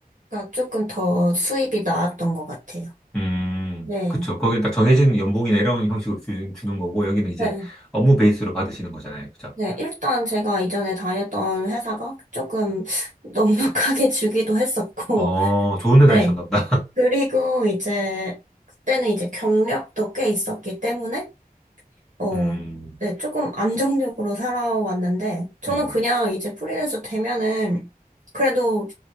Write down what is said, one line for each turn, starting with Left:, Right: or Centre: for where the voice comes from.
Right: 조금 더 수입이 나았던 것 같아요.
Centre: 음,
Right: 네.
Centre: 그쵸. 거기는 딱 정해진 연봉이나 이런 형식으로 주, 주는 거고, 여기는 이제
Right: 네.
Centre: 업무 베이스로 받으시는 거잖아요. 그죠?
Right: 네. 일단 제가 이전에 다녔던 회사가 조금 넉넉하게 <laughs> 주기도 했었고,
Centre: 어, 좋은 데
Right: 네.
Centre: 다니셨나 보다. <laughs>
Right: 그리고 이제 그때는 이제 경력도 꽤 있었기 때문에 어,
Centre: 음,
Right: 네, 조금 안정적으로 살아왔는데 저는
Centre: 음.
Right: 그냥 이제 프리랜서 되면은 그래도